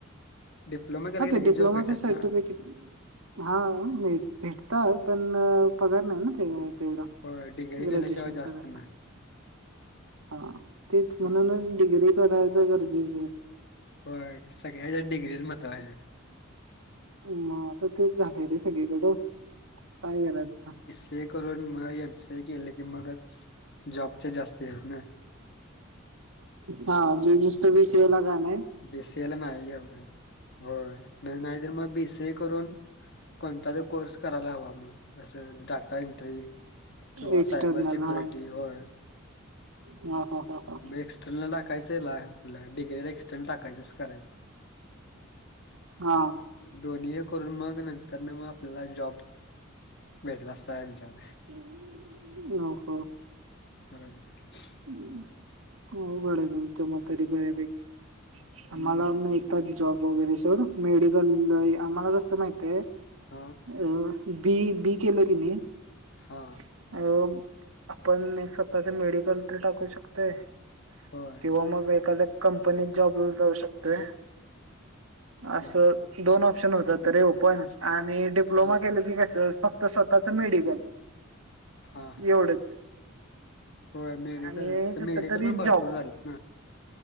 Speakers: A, on the left; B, on the right.
A: डिप्लोमा केला
B: ह
A: की
B: ते
A: लगेच
B: डिप्लोमाचे
A: जॉब भेटेल
B: सर्टिफिकेट
A: ना
B: हा भेटत पण पगार नाही ना ते तेवढा.
A: होय डिग्री
B: ग्रॅजुएशन
A: केल्याशिवाय
B: सारख
A: जास्त नाही
B: हा तेच
A: हां
B: म्हणूनच डिग्री कराय गर्जची
A: होय सगळ्या हिज्यात डिग्रीच महत्त्वाची हाय.
B: हम्म तेच झालंय रे सगळीकडं, काय करायच सांग.
A: ते करून म एम सी ए केलं की मगच जॉबचे जास्त आहेत ना.
B: हा बी नुसत बी सि एयला झाल्य.
A: बी सीए ला नाही एवढ हो नाही नाही तर मग बी सीए करून कोणता तर कोर्स करायला हवा म अस डाटा एंटरी. किंवा
B: एक्सटर्नल
A: सायबर सिक्युरिटी
B: हा
A: होय.
B: <unintelligible>
A: म एक्सटर्नल टाकायंय हेला डिग्रीला तेन टाकायच असं करायच.
B: हा.
A: दोन्ही हे करून मग नंतर न मग आपल्याला जॉब, भेटला असतय यांच्यात.
B: हम हम्म.
A: <unintelligible>
B: हो <unintelligible> मतरी बऱ्यापैकी आ
A: हम्म
B: मला जॉब वगैरे सोड मेडिकल आम्हाला कसं माहित आहे
A: हा
B: अ बी बी केलं की नाय
A: हा.
B: <unintelligible> आपण स्वतःच मेडिकल तर टाकु शकतोय.
A: होय.
B: किंवा मग एखाद्या कंपनीत जॉबला जाऊ शकतोय, असं
A: होय
B: दोन ऑप्शन होतात रे ओपण आणि डिप्लोमा
A: हा
B: केलं
A: हा
B: की कसं फक्त स्वतःच मेडिकल.
A: हा,
B: एवढंच
A: होय मेडिकल,
B: आणि कुठ
A: मेडिकल
B: तरी
A: पण भरपूर
B: जॉब
A: झालेत ना.